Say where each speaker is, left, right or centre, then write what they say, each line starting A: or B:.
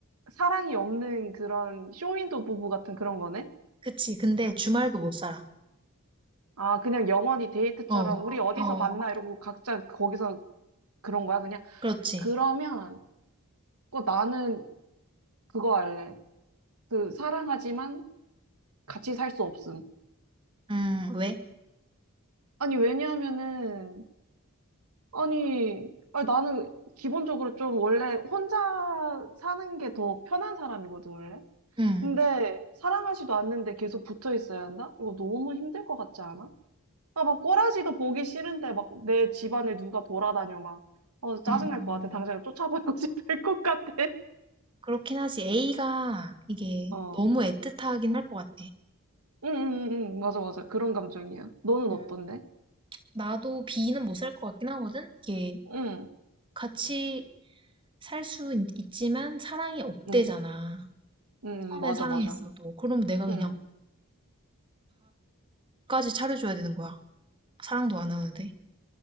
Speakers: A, on the right; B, on the right.
A: 사랑이 없는 그런 쇼윈도 부부 같은 그런 거네?
B: 그치. 근데 주말도 못 살아.
A: 아, 그냥 영원히 데이트처럼
B: 어,
A: 우리 어디서
B: 우리 어,
A: 만나
B: 어디서
A: 이러고 각자 거기서 그런 거야, 그냥?
B: 그렇지.
A: 그러면, 그 나는 그거 할래. 그 사랑하지만 같이 살 수 없음.
B: 음, 왜?
A: 아니, 왜냐하면은 아니, 아니, 나는 기본적으로 좀 원래 혼자 사는 게 더 편한 사람이거든, 원래.
B: 음,
A: 근데 사랑하지도 않는데 계속 붙어 있어야 한다? 이거 너무 힘들 것 같지 않아? 아, 막 꼬라지도 보기 싫은데 막 내 집안에 누가 돌아다녀, 막. 어, 짜증날
B: 음.
A: 것 같아. 당장 쫓아버리고 <laughs> 싶을 것 같아.
B: 그렇긴 하지. A가 이게
A: 어.
B: 너무 애틋하긴 할 것 같아.
A: 응, 응, 응, 응. 맞아, 맞아. 그런 감정이야. 너는
B: 음,
A: 어떤데?
B: 나도 B는 못살 것 같긴 하거든? 이게
A: 응,
B: 같이 살 수 있지만 사랑이 없대잖아.
A: 응, 응,
B: 처음엔
A: 응. 맞아,
B: 사랑했어도.
A: 맞아.
B: 그러면 내가
A: 응.
B: 그냥 밥까지 차려줘야 되는 거야. 사랑도 안 하는데. <laughs>